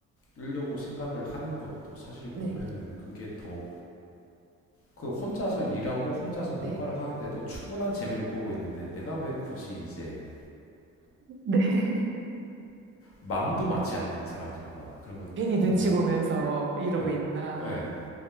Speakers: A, on the left; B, on the right.
A: 하려고 생각을 하는 것도 사실
B: 네,
A: 보면은 그게 더 그 혼자서 일하고 혼자서 뭔가를
B: 네.
A: 하는데도 충분한 재미를 보고 있는데 내가 왜 굳이 이제
B: 네. <laughs>
A: 마음도 맞지 않는 사람들과 그런 거다
B: 괜히 눈치
A: 보니까
B: 보면서 이러고
A: 예,
B: 있나.
A: 예,